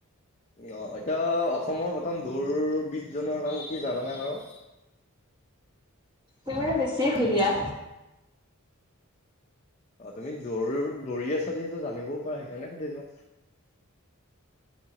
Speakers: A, on the left (about 30°); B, on the right (about 20°).
A: অহ, এতিয়া অসমৰ প্ৰথম দৌৰবিদজনৰ নাম কি জানানে বাৰু? <inaudible>
B: তাৰ মানে মিচি জুলিয়া।
A: অহ, তুমি দৌৰ- দৌৰি আছা যিহেতু জানিবও পাৰা সেইকাৰণে সুধিলো।